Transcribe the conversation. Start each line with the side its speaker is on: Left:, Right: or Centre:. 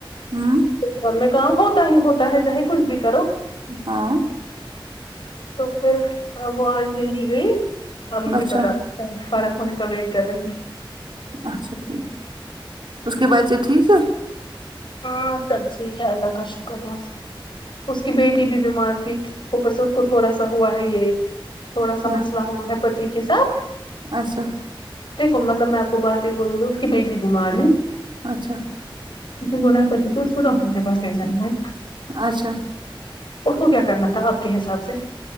Right: ہوں
Left: گھر میں کام ہوتا ہی ہوتا ہے چاہے کچھ بھی کرو
Right: ہاں
Left: تو پھر اب وہ آج بھی نہیں گئی اب مجھے
Right: اچھا
Left: پتا فرق ہونے کا ویٹ کر رہی ہے
Right: اچھا ٹھیک اس کے بچے ٹھیک ہے
Left: ہاں سب ٹھیک ہے الله کا شکر کا اس کی بیٹی بھی بیمار تھی اوپر سے اس کو تھوڑا سا ہوا ہے یہ تھوڑا سا
Right: کیا
Left: مسئلہ ہوا ہے پتی کے ساتھ
Right: اچھا
Left: دیکھو مطلب میں آپ کو بات ہی بولوں گی اس کی بیٹی بیمار ہے
Right: اچھا
Left: اس نے بولا پتی کو اس کو ڈاکٹر کے پاس لے جاؤ
Right: اچھا
Left: اس کو کیا کرنا تھا آپ کے حساب سے